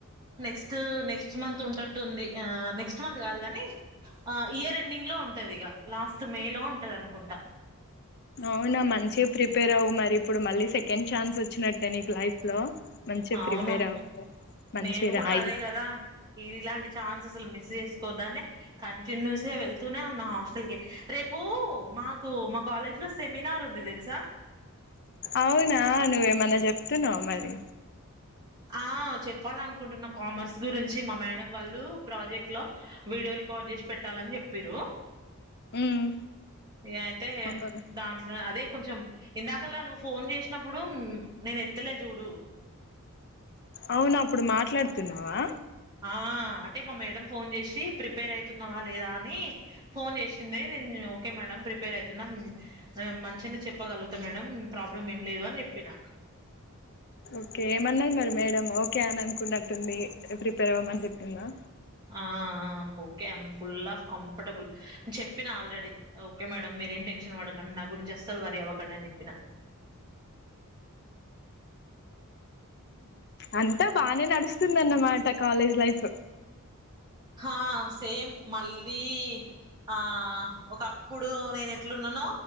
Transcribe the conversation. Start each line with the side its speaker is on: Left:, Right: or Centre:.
Right: నెక్స్ట్ నెక్స్ట్ మంత్ ఉంటట్టుంది. ఆ నెక్స్ట్ మంత్ కాదు కానీ, ఆ ఇయర్ ఎండింగ్ లో ఉంటది ఇక లాస్ట్ మే లో ఉంటది అనుకుంటా.
Left: అవునా మంచిగా ప్రిపేర్ అవ్వు. మరి ఇప్పుడు మళ్ళీ సెకండ్ ఛాన్స్ వచ్చినట్టే నీకు లైఫ్ లో మంచిగా
Right: అవును
Left: ప్రిపేర్ అవ్వు మంచిగా
Right: నేను కూడా
Left: రాయి
Right: అదే కదా ఇలాంటి ఛాన్స్ అస్సలు మిస్ చేసు ఓద్దానే కంటిన్యూస్ గా వెళ్తూనే ఉన్నా హాస్టల్ కి రేపు మాకు మా కాలేజ్ లో సెమినార్ ఉంది తెలుసా.
Left: అవునా నువ్వేమన్నా చెప్తున్నావు మరి
Right: ఆ చెప్పాలనుకుంటున్నా కామర్స్ గురించి మా మేడం వాళ్ళు ప్రాజెక్ట్ లో వీడియో రికార్డ్ చేసి పెట్టాలని చెప్పిరు.
Left: మ్మ్.
Right: యాద్ తే
Left: అవును
Right: దాంట్లో అదే కొంచెం ఇందాకలా నువ్వు ఫోన్ చేసినప్పుడు ఉమ్ నేను ఎత్తలే చూడు.
Left: అవును అప్పుడు మాట్లాడుతున్నావా
Right: ఆ అంటే మా మేడం ఫోన్ చేసి ప్రిపేర్ అయితున్నావా లేదా అని ఫోన్ చేసింది. నేను ఓకే మేడం ప్రిపేర్ అయితున్నా మంచిని చెప్పగలుగుతా మేడం ప్రాబ్లం ఏం లేదు అని చెప్పిన.
Left: ఓకే ఏమన్నాది మరి మేడం ఓకే అని అనుకున్నట్టుంది ప్రిపేర్ అవ్వమని చెప్తుందా.
Right: ఆ okay I'm full of comfortable చెప్పిన ఆల్రెడీ ఓకే మేడం మీరేం టెన్షన్ పడకండి, నా గురించి అస్సలు వరి అవ్వకండి అని చెప్పిన.
Left: అంతా బానే నడుస్తుందిన్నమాట కాలేజ్ లైఫ్
Right: హా సేమ్ మళ్ళీ ఆ ఒకప్పుడు నేను ఎట్లున్నానో,